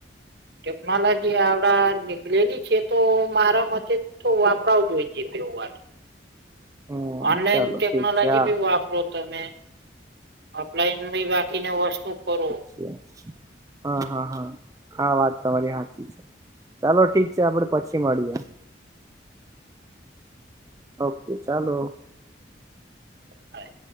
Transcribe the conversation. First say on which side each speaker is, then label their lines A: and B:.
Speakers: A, on the right; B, on the right.
A: ટેક્નોલોજી આવડા લેલી છે તો મારા મથે તો વાપરાવ જો હોઈ છે બેવ વાર
B: હમ
A: ઓનલાઇન
B: ચાલો
A: ટેકનોલોજી
B: ઠીક છે હા
A: ભી વાપરો હતો તમે ઓફલાઈન ભી બાકીને વસ્તુ કરું
B: અરછા હા હા હા આ વાત તમારી સાચી છે. ચાલો ઠીક છે આપડે પછી મળીએ ઓકે ચાલો
A: હા